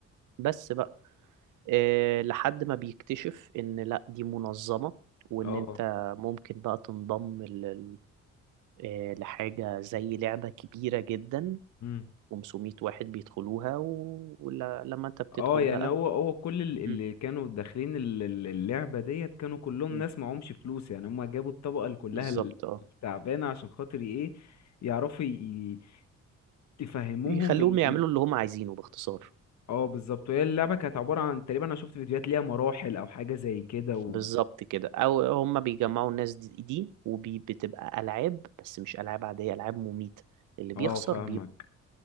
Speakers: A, on the right; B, on the left.
A: بس بقى آه، لحد ما بيكتشف ان لا دي منظمة وان
B: اه
A: انت ممكن بقى تنضم لل- آه، لحاجة زي لعبة كبيرة جدا
B: مم.
A: 500 واحد بيدخلوها و- ولما انت بتدخل
B: اه يعني
A: بقى
B: هو هو كل ال- اللي
A: مم.
B: كانوا داخلين ال- ال- اللعبة ديت كانوا كلهم
A: مم.
B: ناس معهمش فلوس يعني هما جابوا الطبقة اللي كلها
A: بالظبط
B: ال-
A: اه
B: التعبانة عشان خاطر ايه يعرفوا ي- ي- يفهموهم
A: يخلوهم
B: ال...
A: يعملوا اللي هم عايزينه باختصار
B: اه بالظبط وهي اللعبة كانت عبارة عن تقريبا انا شفت فيديوهات ليها مراحل او حاجة زي كده و...
A: بالظبط كده او هم بيجمعوا الناس دي, دي وبتبقى العاب بس مش العاب عاديه العاب مميته اللي بيخسر
B: اه فاهمك
A: بيموت